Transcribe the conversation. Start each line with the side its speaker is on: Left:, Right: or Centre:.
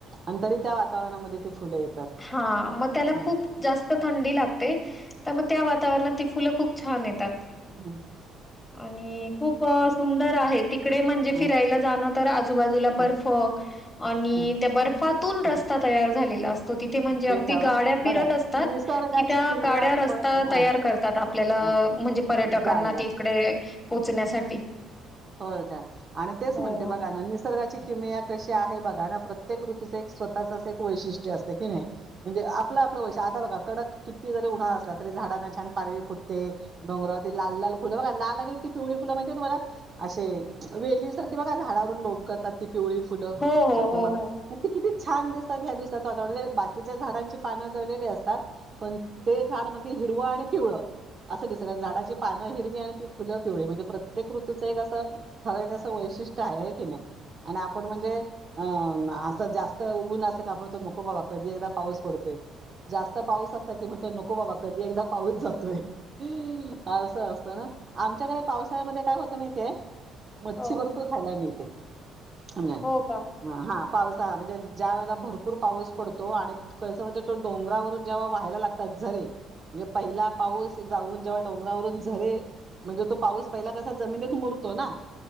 Right: आणि तरी त्या वातावरणामध्ये ते फुलं येतात
Left: हां, मग त्याला
Right: हम्
Left: खूप जास्त थंडी लागते तर मग त्या वातावरणात ती फुलं खूप छान येतात
Right: हो
Left: आणि खूप सुंदर आहे तिकडे म्हणजे
Right: हं,
Left: फिरायला जाणं तर आजूबाजूला
Right: हं,
Left: बर्फ आणि
Right: हं.
Left: त्या बर्फातून बर्फ तयार झालेला असतो तिथे म्हणजे अगदी
Right: तेच हवं
Left: गाड्या फिरत
Right: बघा
Left: असतात
Right: निसर्गाची
Left: की त्या
Right: किमया
Left: गाड्या
Right: प-
Left: रस्ता
Right: हा
Left: तयार आपल्याला
Right: हा.
Left: म्हणजे पर्यटकांना
Right: जायला
Left: त इकडे पोहोचण्यासाठी
Right: होय काय आणि तेच
Left: हो.
Right: म्हणते बघा ना निसर्गाची किम या कशी आहे बघा ना प्रत्येक ऋतू च एक स्वतः च अस एक वैशिष्ट्य असत कनी म्हणजे आपल आपल वैशिष्ट्य कडक किती जरी उन्हाळा असला तरी झाडांना छान पालवी फुटते डोंगरावरती लाल लाल फुलं बघायला मिळते पिवळी फुलं माहितीये तुम्हाला अशी वेली सारखी झाडावरून लोमकळतात पिवळी फुलं
Left: हो, हो,
Right: त्याच
Left: हो,
Right: मला
Left: हो.
Right: ते किती छान दिसते छान दिसतात ह्या दिवसात आता बाकीच्या झाडांची पानं गळलेली असतात पण ते झाड हिरवं आणि पिवळ असं दिस झाडाची पानं हिरवी आणि त फुलं पिवळी म्हणजे प्रत्येक ऋतू एक असं ठराविक अस वैशिष्ट्य आहे हे की नाही आणि आपण म्हणजे अं असं जास्त ऊन असत का आपण नको बाबा कधी एकदा पाऊस पडतोय जास्त पाऊस असता कि म्हणतो नको बाबा कधी एकदा पाऊस जातोय असं असत ना आमच्याकडे पावसाळ्यामध्ये काय होत माहितीये काय मच्छी
Left: हो,
Right: भरपूर खायला मिळते हा
Left: हो का?
Right: पावसाळा म्हणजे ज्या वेळेला भरपूर पाऊस पडतो आणि कस म्हणजे तो डोंगरावरून जेव्हा वाहायला लागतात झरे म्हणजे पहिला पाऊस जाऊन जेव्हा डोंगरावरून झरे वाहतात म्हणजे तो पाऊस पहिला कसा जमिनीत मुरतो ना